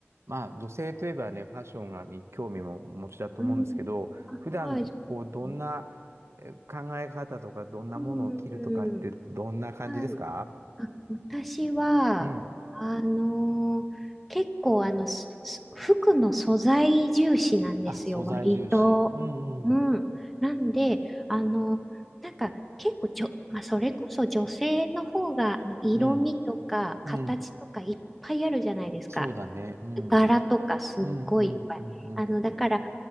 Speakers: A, on the right (about 75°); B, in the centre.
A: ーまあ、女性といえばね、ファッションがに興味もお持ちだと思うんですけど、
B: うん。あ、
A: 普段、
B: はい、そうですね。
A: こう、どんなえー考え方とか、どんなものを着るとかって、
B: うん。
A: どんな感じですか
B: はい。あ、私は、
A: うん。
B: あのー結構、あの、すす服の素材重視なんですよ、
A: あ、素材重視。
B: 割と。
A: うん、
B: うん。
A: うん、
B: なんで、あの、なんか、結構ちょ、まあ、それこそ女性の方が、あの、色味とか、
A: うん、うん。
B: 形とかいっぱいあるじゃないですか。
A: そうだね。うん、
B: 柄とかすっごいいっぱい。
A: うん、うん、うん、うん。
B: あの、だから